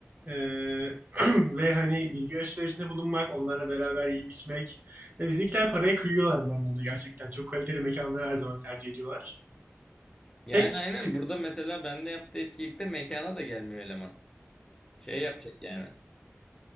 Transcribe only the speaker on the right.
Eee, <clears throat> <laughs> ve hani bilgi alışverişinde bulunmak, onlarla beraber yiyip içmek. Ve bizimkiler paraya kıyıyorlar bu anlamda gerçekten. Çok kaliteli mekanları her zaman tercih ediyorlar.
Tek
sık